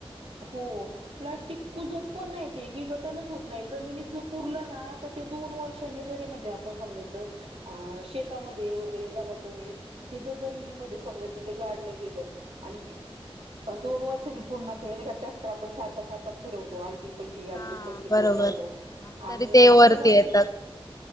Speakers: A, on the right; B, on the left.
A: हो प्लास्टिक कुजत पण नाही ते विघटनच होत नाही. जमिनीत उरल ना तर ते दोन वर्षांनी जरी म्हणजे आपण समजायच शेतामध्ये वगैरे तुम्ही ति जमिनीमध्ये समजायच ते गाडलं गेलं आणि दोन वर्षांनी पून्हा ते नाही का ट्रॅक्टर आपण सारख सारख फिरवतो आल्टी
B: हा
A: अल्टी पलटी करत
B: बरोबर
A: राहतो
B: तरी
A: आणि
B: ते
A: त्याच्या
B: वरती
A: मध्ये
B: येतात
A: ती